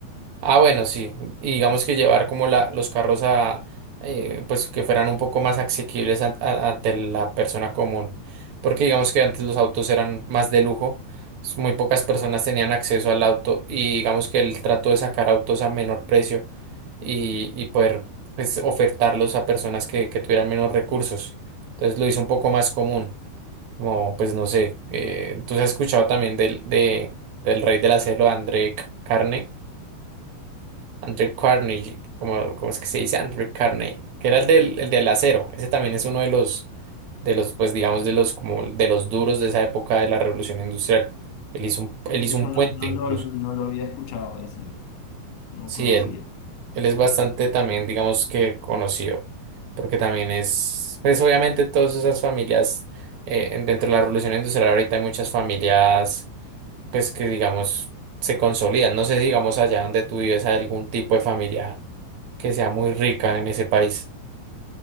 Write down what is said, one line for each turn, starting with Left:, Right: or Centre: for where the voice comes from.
Right: Ah, bueno, sí. Y digamos que llevar como la, los carros a, eh, pues que fueran un poco más asequibles an- a- ante la persona común. Porque digamos que antes los autos eran más de lujo, s- muy pocas personas tenían acceso al auto y digamos que él trató de sacar autos a menor precio y, y poder pues, ofertarlos a personas que, que tuvieran menos recursos. Entonces lo hizo un poco más común. Como, pues no sé, eh, tú has escuchado también del, de, del rey de la selva, André Carnegie. Andrew Carnegie, como, ¿cómo es que se dice? Andrew Carnegie, que era el del, el del acero. Ese también es uno de los, de los, pues digamos, de los, como de los duros de esa época de la Revolución Industrial. Él hizo un, él hizo
Left: Eso
Right: un puente
Left: no, no,
Right: incluso.
Left: lo no lo había escuchado, ese, no
Right: Sí,
Left: conocía.
Right: él, él es bastante también, digamos que conocido, porque también es, pues obviamente todas esas familias, eh, en- dentro de la Revolución Industrial ahorita hay muchas familias pues que digamos se consolidan. No sé, si, digamos allá donde tú vives hay algún tipo de familia que sea muy rica en ese país.